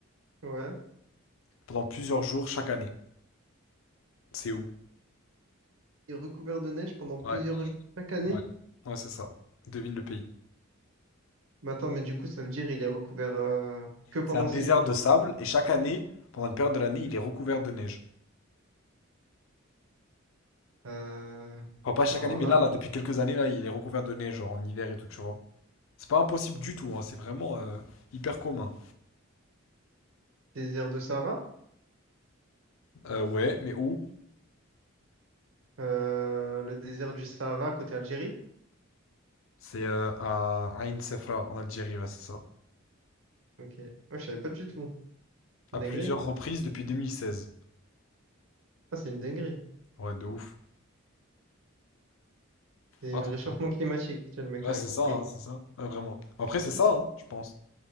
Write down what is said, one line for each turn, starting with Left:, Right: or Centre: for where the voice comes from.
Right: Ouais.
Left: pendant plusieurs jours chaque année. C'est où?
Right: est recouvert de neige pendant plusieurs
Left: Ouais,
Right: jours chaque année.
Left: ouais. Ouais, c'est ça. Devine le pays.
Right: Mais attends, mais du coup, ça veut dire il est recouvert euh, que pendant
Left: C'est un désert
Right: six jours.
Left: de sable et chaque année, pendant une période de l'année, il est recouvert de neige.
Right: Euh,
Left: Enfin, pas chaque
Right: alors
Left: année, mais
Right: là,
Left: là, là, depuis quelques années, là, il est recouvert de neige, genre en hiver et tout, tu vois. C'est pas impossible du tout, hein. C'est vraiment euh, hyper commun.
Right: désert de Sahara,
Left: Euh, ouais, mais où?
Right: Euh, le désert du Sahara côté Algérie.
Left: C'est euh, à Ain Sefra en Algérie, ouais, c'est ça.
Right: Ok, moi je savais pas du tout.
Left: À
Right: Une dinguerie.
Left: plusieurs reprises depuis 2016.
Right: Ah, c'est une dinguerie.
Left: Ouais, de ouf.
Right: C'est
Left: Attends,
Right: le réchauffement climatique. Tu vois, le mec
Left: ouais,
Right: a
Left: c'est
Right: rien compris.
Left: ça, hein, c'est ça. Ouais, vraiment. Après, c'est ça, hein, je pense.